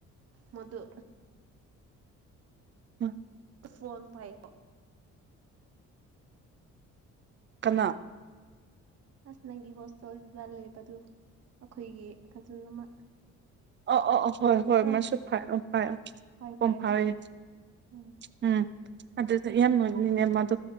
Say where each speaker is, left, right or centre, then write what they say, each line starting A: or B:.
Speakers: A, on the right (about 55°); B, on the right (about 40°).
A: ꯃꯗꯨ
B: ꯎꯝ
A: ꯐꯣꯟ ꯄꯌꯦ
B: ꯀꯅꯥ
A: ꯑꯁ ꯅꯪꯒꯤ ꯍꯣꯁꯇꯦꯜ ꯕꯥ ꯂꯩꯕꯗꯨ ꯑꯩꯈꯣꯏꯒꯤ ꯈꯖꯟ ꯑꯃ
B: ꯑ ꯑ ꯍꯣꯏ ꯍꯣꯏ
A: ꯑ
B: ꯃꯁꯨ ꯐ ꯐꯔ
A: ꯄꯥꯏ
B: ꯄꯝ
A: ꯄꯥꯏ
B: ꯐꯥꯎꯋꯦ
A: ꯄꯥꯏ ꯎꯝ
B: ꯎꯝ ꯑꯗꯨꯗ
A: ꯎꯝ
B: ꯌꯦꯃꯅꯦ ꯃ ꯑꯗꯨ